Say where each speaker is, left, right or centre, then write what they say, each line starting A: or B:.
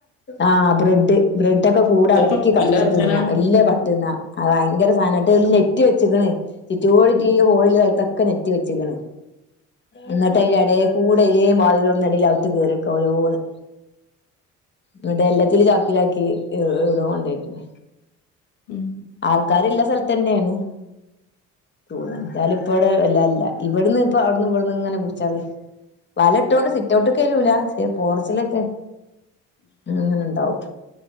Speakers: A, on the left (about 30°); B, on the left (about 80°).
A: ആഹ് ബ്രെഡ് ബ്രെഡോക്കെ കൂടടക്കി
B: എത്താപ്പ ഇപ്പാന്റെ
A: കടിച്ചു
B: വർത്താനം
A: തിന്ന, എല്ലം കട്ട്ന്നാ ആഹ് ഭയങ്കര സാധനാ, എന്നിട്ട് ഓല് നെറ്റ് വെച്ച്ക്ക്ണ് ചുറ്റോടിറ്റ്
B: ഉം
A: ഈ ഹോളില്ല സ്ഥലത്തൊക്കെ നെറ്റ് വെച്ച്ക്ക്ണ്. എന്നിട്ട് അയിൻ്റെ എടെകൂടെ എയിലേം വാതില് തൊറന്ന് ഇടേല് അവുത്ത് കയറിക്ക ഓരോന്ന്. ഇവിടെ എല്ലത്തിലും ചാക്കിലാക്കി ഇ ഈടോ കൊണ്ടെട്ടിണ്
B: ഉം
A: ആ കാര്യല്ല സ്ഥലത്തന്നെണു. <unintelligible> എതായാലും ഇപ്പവടെ വല്ലാല്ലാ, ഇവട്ന്ന്പ്പം അവ്ട്ന്നും ഇവ്ട്ന്നും ഇങ്ങനെ പൂച്ചേള് വലട്ടോണ്ട് സിറ്റവ്ട്ട്ക്ക് വരൂലാ പക്ഷെ പോർച്ചിലൊക്കെ ഹ്മ്മ് അങ്ങനെണ്ടാവും.